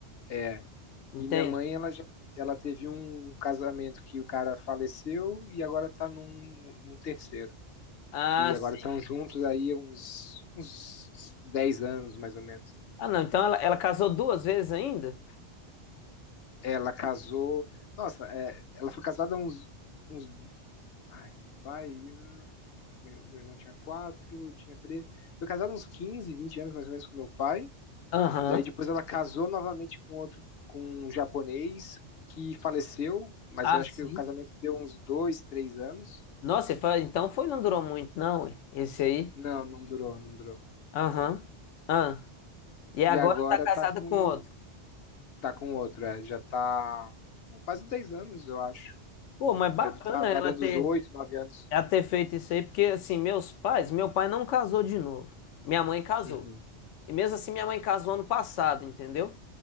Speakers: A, on the left; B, on the left.
A: é.
B: entende?
A: E minha mãe, ela já ela teve um casamento que o cara faleceu e agora está num um terceiro,
B: Ah,
A: que agora
B: sim.
A: estão juntos aí há uns uns 10 anos mais ou menos.
B: Ah, não, então ela, ela casou duas vezes ainda?
A: Ela casou, nossa, é, ela foi casada há uns uns Ai, meu pai. eu- Meu, meu irmão tinha quatro, eu tinha três. Foi casado uns 15, 20 anos mais ou menos com meu pai.
B: Aham.
A: Daí depois ela casou novamente com outro, com um japonês que faleceu, mas
B: Ah,
A: eu acho
B: sim.
A: que o casamento deu uns dois, três anos.
B: Nossa, e fa- então foi, não durou muito, não, ué, esse aí.
A: Não, não durou, não durou.
B: Aham. Ah. E agora
A: E agora
B: tá casada
A: tá com,
B: com outro.
A: tá com outro, é, já tá com quase 10 anos, eu acho.
B: Pô, mas
A: Deve
B: bacana
A: estar tá
B: ela
A: varando
B: ter.
A: os oito, nove anos.
B: Já ter feito isso aí, porque assim, meus pais, meu pai não casou de novo. Minha mãe casou.
A: Uhum,
B: E mesmo assim, minha mãe casou ano passado, entendeu?